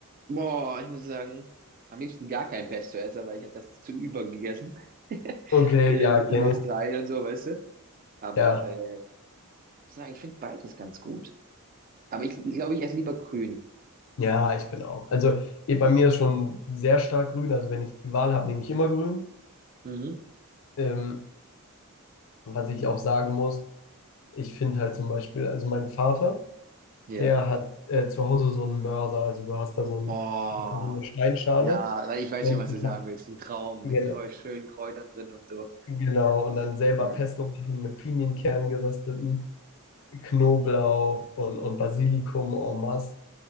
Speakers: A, on the right (about 40°); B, on the left (about 60°).
A: Boah, ich muss sagen, am liebsten gar kein Pesto-Esser, weil ich habe das zu über gegessen. <laughs>
B: Okay,
A: Äh,
B: ja,
A: In
B: kenne
A: Australien
B: ich.
A: und so, weißt du? Aber
B: Ja,
A: äh, muss sagen, ich finde beides ganz gut. Aber ich glaube, ich esse lieber grün.
B: ja, ich bin auch. Also eh, bei mir ist schon sehr stark grün. Also wenn ich die Wahl habe, nehme ich immer grün.
A: Mhm.
B: Ähm, was ich auch sagen muss, ich finde halt zum Beispiel, also mein Vater,
A: Ja.
B: der hat äh, zu Hause so einen Mörser. Also du hast da so, ein,
A: Oh,
B: du hast da so eine Steinschale
A: ja, weil ich weiß
B: und
A: schon, was
B: ein
A: du sagen
B: paar-
A: willst. Ein Traum
B: genau,
A: mit Kräu schönen Kräutern drin und so.
B: genau, und dann selber
A: Ja,
B: Pesto machen mit Pinienkernen gerösteten, Knoblauch und, und Basilikum en masse.